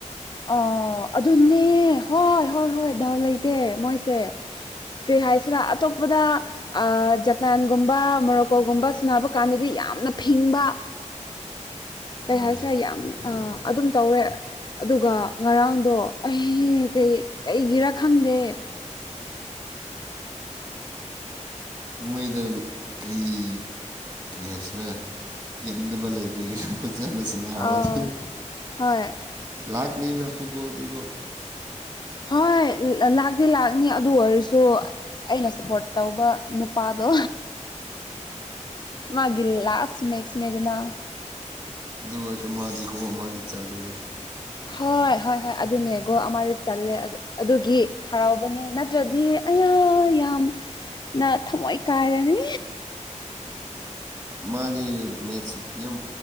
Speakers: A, on the left; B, on the right.
A: ꯑꯣ ꯑꯗꯨꯅꯦ ꯍꯣꯏ ꯍꯣꯏ ꯍꯣꯏ ꯗꯥꯎ ꯂꯩꯇꯦ ꯃꯣꯏꯁꯦ ꯀꯔꯤ ꯍꯥꯏꯁꯤꯔ ꯑꯇꯣꯞꯄꯗ ꯑ ꯖꯄꯥꯟꯒꯨꯝꯕ ꯃꯣꯔꯣꯀꯣꯒꯨꯝꯕ ꯁꯥꯟꯅꯕ ꯀꯥꯟꯗꯗꯤ ꯌꯥꯝ ꯌꯥꯝꯅ ꯐꯤꯡꯕ ꯀꯩ
B: ꯍꯣꯏ
A: ꯍꯥꯏꯁꯤꯔꯦ ꯌꯥꯝ ꯑꯗꯨꯝ ꯇꯧꯋꯦ ꯑꯗꯨꯒ ꯉꯔꯥꯡꯗꯣ ꯑꯩ ꯀꯩꯒꯤꯔꯥ ꯈꯪꯗꯦ
B: ꯃꯃꯩꯗ ꯀꯔꯤ ꯀꯔꯤ ꯍꯥꯏꯁꯤꯔꯥ ꯄꯦꯟꯗꯕ ꯂꯩꯕꯒꯤꯔ ꯐꯖ ꯖꯅꯁꯨ ꯂꯥꯛꯍꯧꯗꯦ
A: ꯑꯥ ꯍꯣꯏ
B: ꯍꯣꯏ ꯅꯤꯗ ꯐꯨꯠꯕꯣꯜꯗꯤꯒꯣ
A: ꯍꯣꯏ ꯂꯥꯛꯇꯤ ꯂꯥꯛꯅꯤ ꯑꯗꯨ ꯑꯣꯏꯔꯁꯨ ꯑꯩꯅ ꯁꯞꯄꯣꯔꯠ ꯇꯧꯕ ꯅꯨꯄꯥꯗꯣ ꯃꯥꯒꯤ ꯂꯥꯁ ꯃꯦꯠꯁꯅꯦꯗꯅꯥ
B: ꯑꯗꯨ ꯑꯣꯏꯔꯁꯨ ꯃꯥꯗꯤ ꯀꯣ ꯃꯥꯗꯤ ꯆꯜꯂꯤꯅꯦ
A: ꯍꯣꯏ ꯍꯣꯏ ꯍꯣꯏ ꯑꯗꯨꯅꯦ ꯒꯣꯜ ꯑꯃꯗꯤ ꯆꯜꯂꯦ ꯑꯗꯨꯒꯤ ꯍꯔꯥꯎꯕꯅꯦ ꯅꯠꯇ꯭ꯔꯗꯤ ꯑꯌꯥ ꯌꯥꯝꯅ ꯊꯃꯣꯏ ꯀꯥꯏꯔꯅꯤ
B: ꯃꯥꯗꯤ ꯃꯦꯠꯁ ꯇꯤ ꯌꯥꯝ